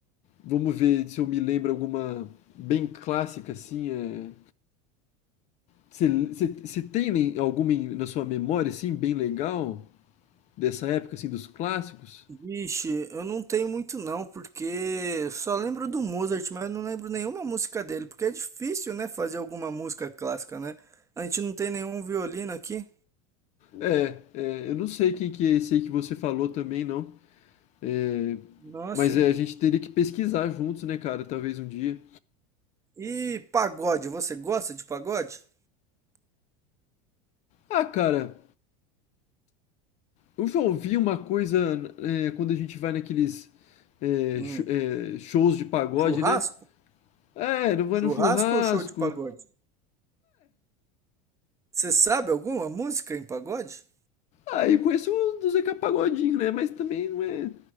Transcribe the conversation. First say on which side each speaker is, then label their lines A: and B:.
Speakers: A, on the left; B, on the right.
A: vamos ver se eu me lembro alguma bem clássica, assim, é... Se, se, se tem nem- alguma em- na sua memória, assim, bem legal, dessa época, assim, dos clássicos?
B: Vixe, eu não tenho muito não, porque eu só lembro do Mozart, mas eu não lembro nenhuma música dele, porque é difícil, né, fazer alguma música clássica, né? A gente não tem nenhum violino aqui.
A: É, é, eu não sei quem que é esse aí que você falou também, não. É,
B: Nossa,
A: mas
B: Igor.
A: é, a gente teria que pesquisar juntos, né, cara? Talvez um dia.
B: E pagode, você gosta de pagode?
A: Ah, cara, Eu já ouvi uma coisa é, quando a gente vai naqueles é,
B: Hum.
A: sh- é, shows de pagode,
B: Churrasco?
A: né? É, não vai
B: Churrasco
A: no churrasco.
B: ou show de pagode? Você sabe alguma música em pagode?
A: Aí eu conheço o do Zeca Pagodinho, né? Mas também não é